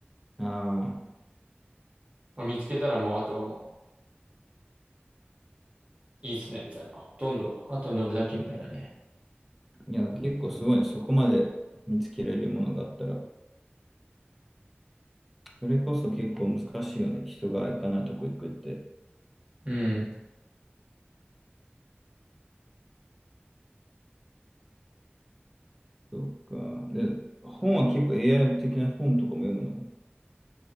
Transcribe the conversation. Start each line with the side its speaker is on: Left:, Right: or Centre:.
Centre: ああ、
Right: まあ見つけたらもう、あとはもう、いいっすね、みたいな。ほとんど、あと乗るだけみたいなね。
Centre: いや、結構すごいね。そこまで見つけられるものがあったら。それこそ結構難しいよね。人が行かないとこ行くって。
Right: うん。
Centre: そっか。で、本は結構 AI 的な本とかも読むの